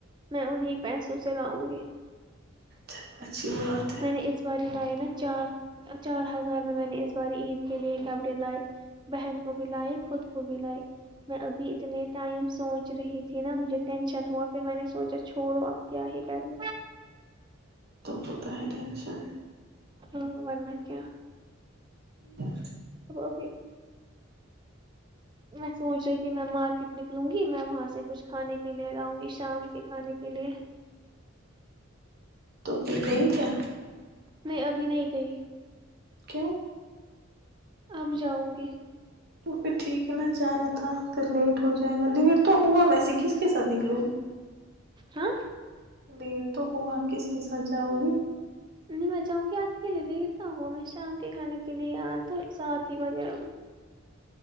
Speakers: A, on the right; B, on the right.
A: میں انیں پیسوں سے لاؤں گی
B: چلو اچھی بات ہے
A: میں نے اس بار لائے نا چار چار ہزار میں میں نے اس بار عید کے لیے کپڑے لائے بہن کو بھی لائے خود کو بھی لائے میں ابھی اتنے ٹائم سوچ رہی تھی نا مجھے ٹینشن ہوا پھر میں نے سوچا چھوڑو آپ کیا ہی کریں
B: کووت ہے ہے ٹینشن
A: ہاں بن کیا
B: ہ
A: تو پھر میں سوچ رہی تھی میں مارکیٹ نکلوں گی میں وہاں سے کچھ کھانے کے لیے جاؤں گی شام کے کھانے کے لیے
B: تو پھر گئی کیا
A: میں ابھی نہیں گئی
B: کیوں
A: ہمم جاؤ گی
B: تو پھر ٹھیک ہے نا جانا تھا پھر لیٹ ہو جائے گا لیٹ تو ہوا ویسے ک ک کے ساتھ نکلو گی
A: ہاں
B: دٹ تو ہوگا آ کس کے ساتھ جاؤ گی
A: نہیں میں چاہوں گی اکیلے لی اتنا ہوا میں شام کے کھانے کے لیے آ تو سات ہی بجے آؤ